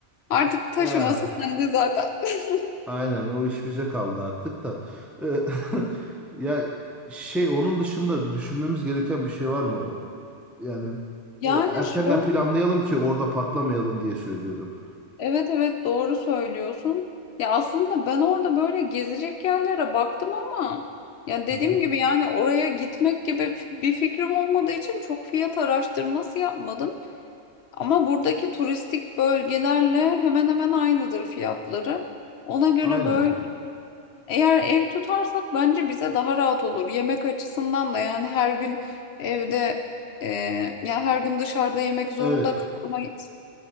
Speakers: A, on the left (about 65°); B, in the centre.
A: Artık taşıması
B: Ya
A: sende zaten. <laughs>
B: aynen o iş bize kaldı artık da. Ee, <laughs> ya şey onun dışında düşünmemiz gereken bir şey var mı? O- o- Yani
A: Yani
B: o, erkenden
A: şöyle
B: planlayalım ki orada patlamayalım diye söylüyorum.
A: Evet evet doğru söylüyorsun. Ya aslında ben orada böyle gezecek yerlere baktım ama ya dediğim
B: Hı hı.
A: gibi yani oraya gitmek gibi f- bir fikrim olmadığı için çok fiyat araştırması yapmadım. Ama buradaki turistik bölgelerle hemen hemen aynıdır fiyatları. Ona göre
B: Aynen.
A: böyle eğer ev tutarsak bence bize daha rahat olur. Yemek açısından da yani her gün evde e, ya her gün dışarıda yemek zorunda
B: Evet.
A: kalmayız.